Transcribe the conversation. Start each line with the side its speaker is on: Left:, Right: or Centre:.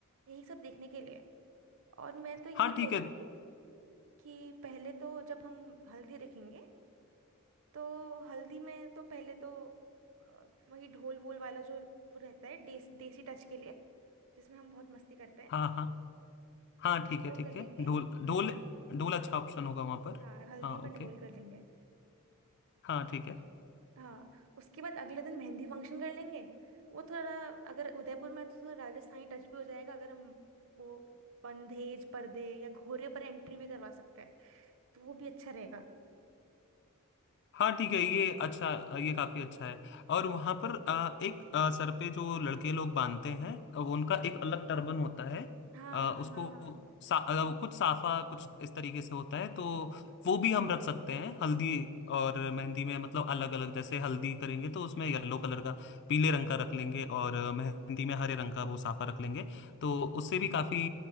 Right: यही सब देखने के लिए और मैं तो यही
Left: हाँ ठीक
Right: कहती
Left: है
Right: थी कि पहले तो जब हम हल्दी रखेंगे तो हल्दी में तो पहले तो अ, वही ढोल वोल वाला जो वो रहता है देस, देसी टच के लिए जिसमें हम बहुत मस्ती करते हैं
Left: हाँ हाँ हाँ
Right: हाँ
Left: ठीक है
Right: वो
Left: ठीक
Right: कर लेंगे
Left: है ढोल ढोल ढोल अच्छा ऑप्शन होगा वहां पर
Right: हाँ हल्दी
Left: हाँ
Right: में
Left: ओके
Right: ढोल कर लेंगे
Left: हाँ ठीक है
Right: हाँ उसके बाद अगले दिन मेहंदी फंक्शन कर लेंगे वो थोड़ा अगर उदयपुर में है तो थोड़ा राजस्थानी टच भी हो जाएगा अगर हम वो बंधेज पर्दे या घोड़े पर एंट्री भी करवा सकते हैं तो वो भी अच्छा रहेगा
Left: हाँ ठीक है ये अच्छा ये काफी अच्छा है और वहां पर अ, एक अ, सर पे जो लड़के लोग बांधते हैं अ, वो उनका एक अलग टर्बन होता है
Right: हाँ
Left: अ,
Right: हाँ
Left: उसको
Right: हाँ हाँ हम्म,
Left: सा, अ,
Right: हम्म।
Left: कुछ साफा कुछ इस तरीके से होता है तो वो भी हम रख सकते हैं हल्दी और मेहंदी में मतलब अलग अलग जैसे हल्दी करेंगे तो उसमें येलो कलर का पीले रंग का रख लेंगे और अ, मेहंदी में हरे
Right: ठीक
Left: रंग
Right: है
Left: का वो साफा रख लेंगे तो उससे भी काफी